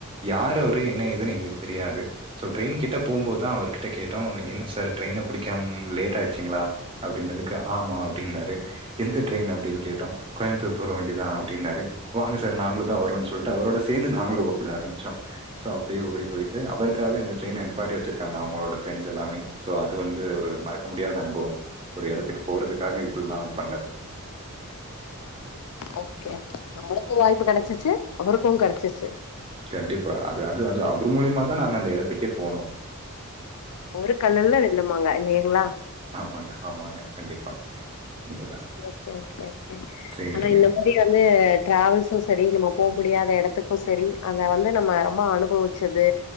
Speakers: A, on the right; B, on the left.
A: யார் அவரு என்ன ஏதுனு எங்ளுக்கு தெரியாது ஸோ ட்ரெயின் கிட்ட போம்போதா அவர்கிட்ட கேட்டோ என்ன சார் ட்ரெயின புடிக்கம் லேட் ஆயிடுச்சுங்ளா அப்டின்னதுக்கு ஆமா அப்டின்னாரு எந்த ட்ரெயின் அப்டின் கேட்டோ கோயம்புத்தூர் போற வண்டி தா அப்டின்னாரு வாங்க சார் நாங்களு தா வரோன் சொல்ட்டு அவரோட சேந்து நாங்களு ஓட ஆரம்பிச்சோ சோ அப்டியே ஓடி போயிட்டு அவருக்காவே அந்த ட்ரெயின நிப்பாட்டி வச்சிருக்காங்க அவுங்களோட ஃப்ரெண்ட்ஸ் எல்லாமே சோ அது வந்து ஒரு மறக்க முடியாத அனுபவம் ஒரு எடத்துக்கு போறதுக்காக இப்பில்லா பண்ணது
B: ஓகே ஓகே நம்மளுக்கு வாய்ப்பு கெடச்சுச்சு அவருக்கு கெடச்சுச்சு
A: கண்டிப்பா அது அது அது அவர் மூலியமா தா நாங்க அந்த எடத்துக்கே போனோ
B: ஒரு கல்லுல்ல ரெண்டு மாங்க இல்லையங்ளா
A: ஆமாங்க, ஆமாங்க கண்டிப்பா. ம். உண்மதான்.
B: ஓகே ஓகே ஓகே
A: சரிங்க.
B: ஆனா இந்த மாரி வந்து ட்ராவல்ஸு செரி நம்ம போ முடியாத எடத்துக்கு செரி அங்க வந்து நம்ம ரொம்ப அனுபவுச்சது